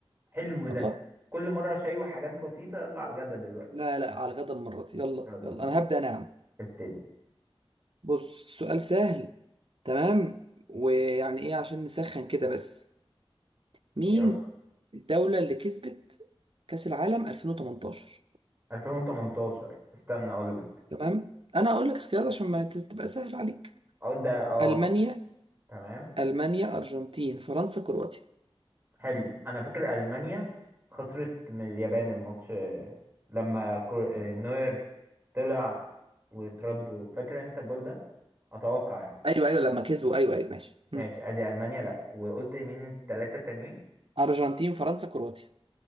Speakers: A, on the right (about 25°); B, on the right (about 60°).
A: حلو
B: يلا
A: ده كل مره شاي وحاجات بسيطه يلا على الجد دلوقتي
B: لا لا على الغدا المره دي يلا
A: يلا
B: يلا
A: بينا
B: انا هبدا انا يا عم
A: ابتدي
B: بص سؤال سهل تمام ويعني ايه عشان نسخن كده بس مين
A: يلا
B: الدوله اللي كسبت كاس العالم 2018
A: 2018 استنى اقول لك
B: تمام انا هقول لك اختيارات عشان ما ت- تبقى سهل عليك
A: اه ده اه
B: المانيا
A: صح. تمام
B: المانيا ارجنتين فرنسا كرواتيا
A: حلو انا فاكر المانيا خسرت من اليابان الماتش آه، لما كو- آه، نوير طلع وتردوا فاكر انت الجول ده اتوقع يعني
B: ايوه ايوه لما كسبوا ايوه ايوه ماشي
A: ماشي
B: مم.
A: ادي المانيا لا وقلت مين التلاتة التانيين
B: ارجنتين فرنسا كرواتيا